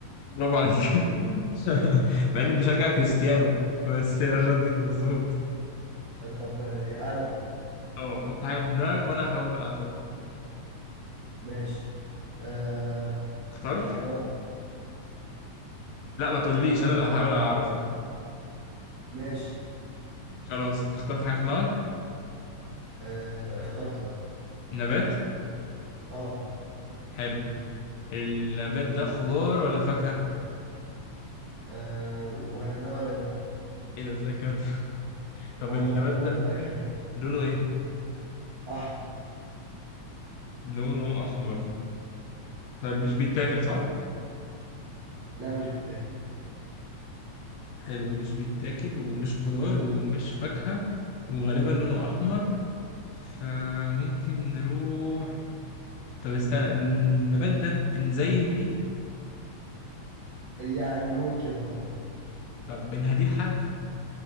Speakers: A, on the left (about 75°); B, on the right (about 55°).
A: برافو عليك <laughs> مع
B: بس.
A: إني بشجع كريستيانو بس الأرجنتين مظبوط
B: آه طب آه أنا بقى
A: أه حط حاجة في دماغك وأنا هحاول بقى أتوقع
B: ماشي آه
A: اخترت؟
B: حيوان
A: لا ما تقوليش أنا اللي هحاول أعرف يعني
B: ماشي
A: خلاص أنت اخترت حاجة في دماغك
B: آه اخترت أه
A: نبات
B: أه
A: حلو النبات ده خضار ولا فاكهة؟
B: آه، ولا ده ولا ده
A: إيه ده إزاي كده؟ <laughs> طب
B: ولا
A: النبات
B: خضار
A: ده
B: ولا فاكهة
A: لونه إيه؟
B: <laughs> أحمر
A: لونه أحمر طيب مش بيتاكل صح؟
B: لا مش بالتاكل
A: حلو مش بيتاكل ومش خضار ومش فاكهة وغالبا لونه أحمر فممكن نروح طب استنى النبات ده بنزين بيه
B: يعني ممكن اه
A: طب بنهديه لحد